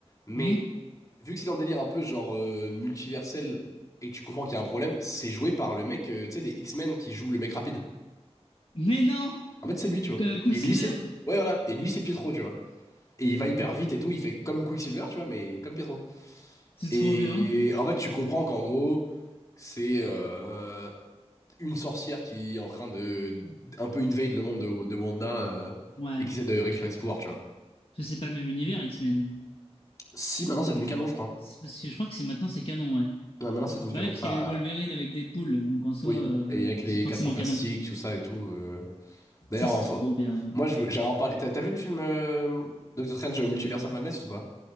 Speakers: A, on the left; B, on the left.
A: Mais
B: Hmm.
A: vu que c'est dans le délire un peu genre euh, multiversel et que tu comprends qu'il y a un problème, c'est joué par le mec, euh, tu sais, des X-Men qui joue le mec rapide.
B: Mais non!
A: En fait, c'est lui, tu vois.
B: Qu- Quicksilver,
A: Et lui, c'est. Ouais, voilà. Et lui, c'est Pietro, tu vois. Et il va hyper vite et tout. Il fait comme Quicksilver, tu vois, mais comme Pietro.
B: c'est
A: Et
B: trop bien.
A: en fait, tu comprends qu'en gros, c'est euh, une sorcière qui est en train de. Un peu invade le monde de, de Wanda euh,
B: Ouais,
A: et qui essaie de récupérer ce pouvoir, tu vois.
B: ça c'est pas le même univers X-Men.
A: Si, maintenant, c'est devenu canon, je crois.
B: C'est Parce que je crois que c'est maintenant c'est canon, ouais.
A: Ouais, maintenant, c'est devenu
B: Bah
A: canon.
B: ouais, parce
A: Pas.
B: qu'il y a eu Wolverine avec Deadpool, donc en soi
A: Oui.
B: euh,
A: Et avec les
B: c'est forcément
A: 4 Fantastiques,
B: canon.
A: tout ça et tout. euh. D'ailleurs,
B: Ça c'est
A: en
B: trop
A: fa-
B: bien.
A: moi, je veux... j'allais en parler. T'as t'as vu le film euh, Doctor Strange Multiverse of Madness ou pas?